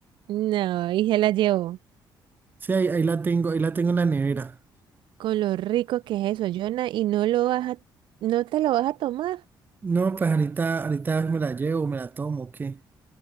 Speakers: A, on the right; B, on the right.
A: No, y se la llevo.
B: Sí, ahí, ahí la tengo, ahí la tengo en la nevera.
A: Con lo rico que es eso, Jonah, y no lo vas a, no te lo vas a tomar.
B: No, pues ahorita, ahorita me la llevo, me la tomo, ¿qué?